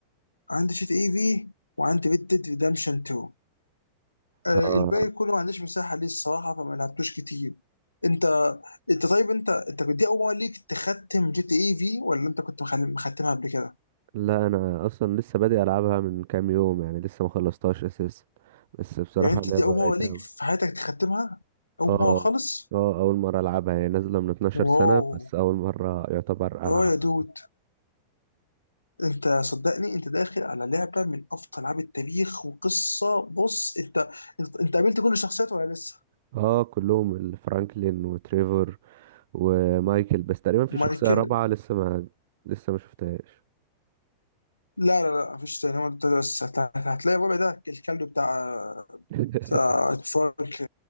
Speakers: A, on the left; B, on the right.
A: عندي جي تي اي في وعندي ريد ديد ريدمشن 2 آه،
B: اه
A: الباقي كله ما عنديش مساحه ليه الصراحه فما لعبتوش كتير انت انت طيب انت انت دي اول مره ليك تختم جي تي اي في ولا انت كنت مخل- مختمها قبل كده
B: لا انا اصلا لسه بادئ العبها من كام يوم يعني لسه ما خلصتهاش اساسا بس بصراحه
A: يعني انت
B: لعبه
A: دي اول
B: رايقه
A: مره ليك
B: أوي.
A: في حياتك تختمها اول
B: اه
A: مره خالص
B: اه اول مره العبها هي نازله من 12
A: واو
B: سنه بس اول مره يعتبر
A: اه
B: العبها
A: يا دود انت صدقني انت داخل على لعبه من افضل العاب التاريخ وقصه بص انت انت, انت قابلت كل الشخصيات ولا لسه
B: اه كلهم الفرانكلين وتريفور ومايكل بس تقريبا في
A: مايكل
B: شخصيه رابعه لسه ما لسه ما شفتهاش
A: لا لا لا مفيش تاني هو انت بس هت- هتلاقي الربع ده الكلب بتاع
B: <laughs>
A: بتاع فرانك